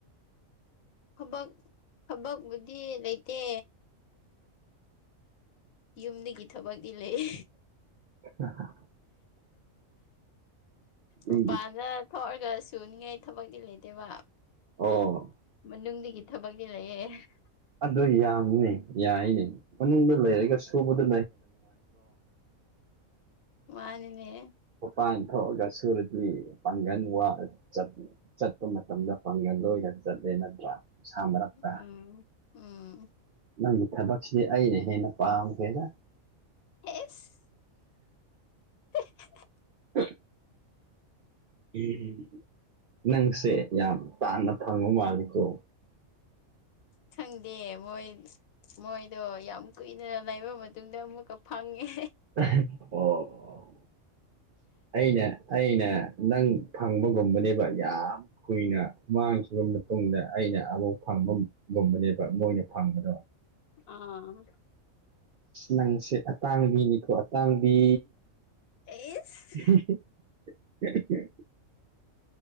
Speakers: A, on the left; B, on the right.
A: ꯕꯛ ꯊꯕꯛꯕꯨꯗꯤ ꯂꯩꯇꯦ ꯌꯨꯝꯗꯒꯤ ꯊꯕꯛꯇꯤ ꯂꯩ
B: ꯍ ꯍ ꯅꯪꯒꯤ
A: ꯃꯄꯥꯟꯗ ꯊꯣꯛꯔꯒ ꯁꯨꯅꯤꯡꯉꯥꯏ ꯊꯕꯛꯇꯗꯤꯤ ꯂꯩꯇꯦꯕ
B: ꯑꯣ
A: ꯃꯅꯨꯡꯗꯒꯤ ꯊꯕꯛꯗꯤ ꯂꯩꯌꯦ ꯍꯥ
B: ꯑꯗꯨ ꯌꯥꯝꯕꯅꯦ ꯌꯥꯏꯅꯦ ꯃꯅꯨꯡꯗ ꯂꯩꯔꯒ ꯁꯨꯕꯥꯗ
A: ꯃꯥꯅꯤꯅꯦ
B: ꯃꯄꯥꯟ ꯊꯣꯛꯑꯒ ꯁꯨꯔꯗꯤ ꯄꯥꯡꯒꯜ ꯋꯥ ꯆꯠꯂꯤ ꯆꯠꯄ ꯃꯇꯝꯗ ꯄꯥꯡꯒꯜ ꯂꯣꯏꯅ ꯆꯠꯂꯦ ꯅꯠꯇ꯭ꯔꯥ ꯅꯨꯡꯁꯥ ꯃꯔꯛꯇ
A: ꯎꯝ ꯎꯝ
B: ꯅꯪꯒꯤ ꯊꯥꯕꯛꯁꯤ ꯑꯩꯅ ꯍꯦꯟꯅ ꯄꯥꯝꯈ꯭ꯔꯦꯗ
A: ꯑꯦꯁ <unintelligible>
B: <unintelligible> ꯑꯝ ꯅꯪꯁꯦ ꯌꯥꯝ ꯄꯥꯅ ꯐꯪꯕ ꯃꯥꯜꯂꯤꯀꯣ
A: ꯈꯪꯗꯦ ꯃꯣꯏ ꯃꯣꯏꯗꯣ ꯌꯥꯝ ꯀꯨꯏꯅ ꯂꯩꯕ ꯃꯇꯨꯡꯗ ꯑꯃꯨꯛꯀ ꯐꯪꯉꯦ
B: ꯑꯣ ꯑꯩꯅ ꯑꯩꯅ ꯅꯪ ꯐꯪꯕꯒꯨꯝꯕꯅꯦꯕꯥ ꯌꯥꯝ ꯀꯨꯏꯅ ꯃꯥꯡꯈ꯭ꯔꯕ ꯃꯇꯨꯡꯗ ꯑꯩꯅ ꯑꯃꯨꯛ ꯐꯪꯕꯒꯨꯝꯕꯅꯦꯕꯥ ꯃꯣꯏꯅ ꯐꯪꯕꯗꯣ
A: ꯑꯥ
B: ꯅꯪꯁꯦ ꯑꯇꯥꯡꯕꯤꯅꯤꯀꯣ ꯑꯇꯥꯡꯕꯤ
A: ꯏ‌ꯦꯁ
B: <unintelligible>